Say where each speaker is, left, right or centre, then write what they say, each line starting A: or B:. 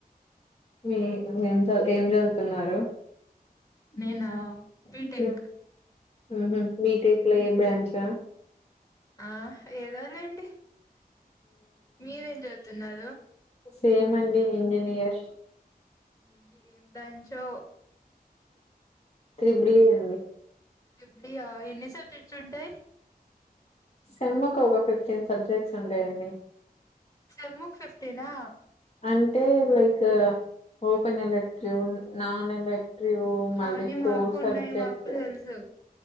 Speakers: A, on the left; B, on the left.
A: మీ నువ్ ఏం చదువ్ ఏం చదువుతున్నారు? ఉమ్
B: నేనా బీటెక్
A: ఊహు బీటెక్ లో ఏ బ్రాంచా
B: ఆ ఏదోలేండి. మీరేం చదువుతున్నారు
A: సేమ్ అండి ఇంజనీయర్ <inaudible>
B: ఎం బి ఏం బ్యాంచో
A: త్రిబిలి అండి.
B: త్రిబిలి ఆ ఎన్ని సబ్జెక్ట్స్ ఉంటయ్?
A: సెమ్ముకు ఒక ఫిఫ్టీన్ సబ్జెక్ట్స్ ఉంటయండి.
B: సెమ్ కి ఫిఫ్టీనా
A: అంటే like open elective, non elective, మళ్ళీ
B: అవన్నీ
A: కోర్
B: మాకు
A: సబ్జెక్ట్.
B: ఉన్నాయి మాకు తెలుసు